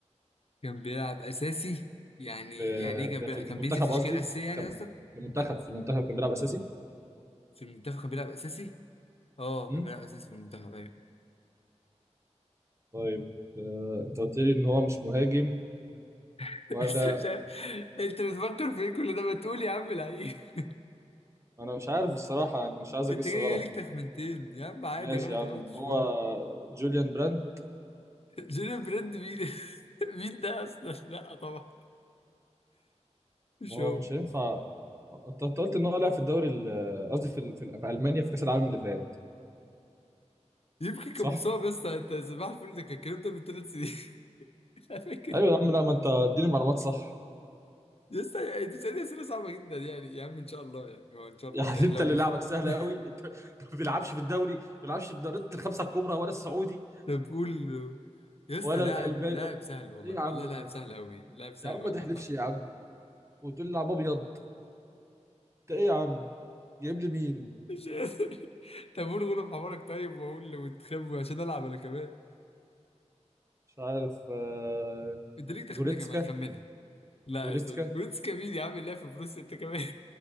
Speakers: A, on the left (about 55°); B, on the right (about 25°).
A: كان بيلعب اساسي يعني
B: في
A: يعني ايه كان
B: في
A: بيلعب
B: في المنتخب
A: كان بينزل في تشكيله
B: قصدي
A: اساسيه يعني
B: كان
A: قصدك
B: في المنتخب في المنتخب كان بيلعب اساسي
A: في المنتخب كان بيلعب اساسي اه
B: مم.
A: كان بيلعب اساسي في المنتخب ايوه
B: طيب آه انت قلت لي ان هو مش مهاجم
A: <laughs>
B: ولا
A: بس مش عارف- انت بتفكر في ايه كل ده ما تقول يا عم لعيب <laughs>
B: انا مش عارف الصراحه يعني مش عايز
A: انت
B: اجس
A: كده جاي
B: غلط
A: لك تخمنتين يا عم عادي
B: ماشي
A: غلط
B: يا عم
A: غلط مش
B: هو
A: مهم
B: جوليان براند
A: <laughs> جيرين بريند مين <laughs> مين ده اصلا <laughs> لا طبعا مش
B: ما هو
A: هو
B: مش هينفع انت أنت قلت ان هو لعب في الدوري ال- قصدي في ال- في, ال- في المانيا في كاس العالم اللي فات
A: يمكن كان
B: صح
A: مصاب يا اسطى انت صباح الفل ده كان الكلام ده من ثلاث سنين <laughs> انا فاكر
B: ايوه يا عم لا ما انت اديني معلومات صح
A: لسه يعني انت بتسألني اسئله صعبه جدا يعني يا عم ان شاء الله يعني هو
B: <laughs>
A: ان شاء الله
B: يعني
A: يعني
B: انت
A: لو
B: اللي
A: مس
B: لعبك سهل
A: <laughs>
B: قوي انت أنت ما بيلعبش في الدوري ما بيلعبش في دوريات الخمسه الكبرى ولا السعودي
A: طب قول
B: <laughs>
A: يا اسطى
B: ولا
A: لاعب
B: الالماني
A: لاعب
B: ايه
A: سهل والله
B: يا عم
A: والله لاعب
B: ده
A: سهل قوي لاعب سهل
B: يا عم
A: قوي
B: ما تحلفش
A: والله
B: يا عم وتقول لي لعب ابيض انت ايه يا عم جايب لي مين
A: مش قادر <laughs> طب قول غلب حمارك طيب واقول له وتخبو عشان العب انا كمان
B: مش عارف آه،
A: انت ليك تخمينه
B: جوريتسكا
A: كمان خمنها لا
B: جوريتسكا
A: يا اسطى جروتسكا مين يا عم اللاعب في بروسيا انت كمان